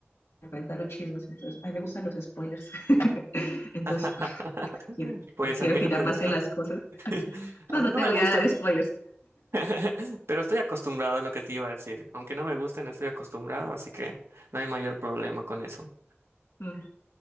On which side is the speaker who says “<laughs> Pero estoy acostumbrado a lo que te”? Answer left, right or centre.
Right